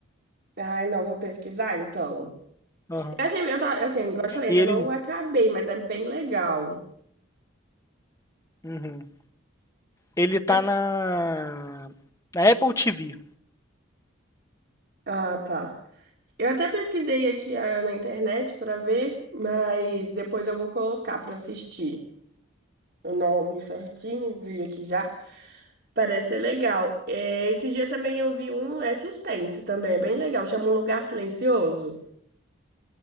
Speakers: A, on the right; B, on the left.
A: Ai, não, vou pesquisar então.
B: Uhum.
A: Eu achei, eu tava, assim, igual eu te falei, ainda
B: E ele.
A: não acabei, mas é bem legal.
B: uhum. Ele tá
A: Até-
B: na. Na Apple TV.
A: Ah, tá. Eu até pesquisei aqui ah, na internet pra ver, mas depois eu vou colocar pra assistir o nome certinho, vi aqui já. Parece ser legal. É, esse dia também eu vi um, é suspense também, é bem legal. Chama Um Lugar Silencioso.